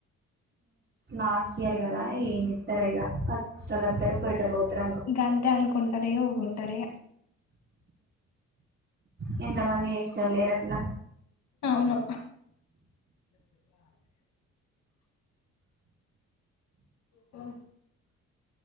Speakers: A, on the right (about 40°); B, on the left (about 65°).
A: లాస్ట్ ఇయర్ గదా ఏన్ ఇత్తరు ఈగ హచ్చలద్దరు చ ఉతర
B: గఅంతే అనుకుంటరే ఇ ఊగుంటరే
A: ఉ ఎంత మంది చేసేటోళ్లు లేరట్ల
B: అవును అ ఆ